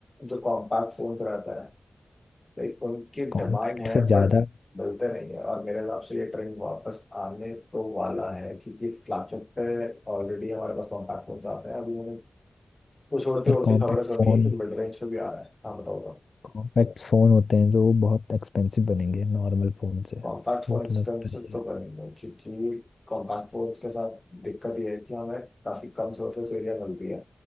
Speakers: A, on the left; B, on the left.
A: जो कॉम्पैक्ट फोन्स रहता है लाइक उनकी
B: कॉम्पैक्ट
A: डिमांड है
B: फिर
A: बट
B: ज़्यादा
A: मिलते नहीं है और मेरे हिसाब से ये ट्रेंड वापस आने तो वाला है क्योंकि फ्लैगशिप पे ऑलरेडी हमारे पास कॉम्पैक्ट फोन्स आते हैं अभी मैंने कुछ उड़ते
B: पर
A: उड़ते
B: कॉम्पैक्ट
A: खबरें सुनी
B: फ़ोन
A: है कि मिड रेंज पे भी आ रहा है हाँ बताओ
B: कॉम्पैक्ट फ़ोन होते हैं जो बहुत एक्सपेंसिव बनेंगे नॉर्मल फ़ोन से
A: कॉन्टैक्ट
B: वो
A: और एक्सपेंसिव
B: तुम्हें पता ही
A: तो करेंगे क्योंकि कॉन्टैक्ट फोन्स के साथ दिक्कत ये है कि हमें काफ़ी कम सरफेस एरिया मिलती है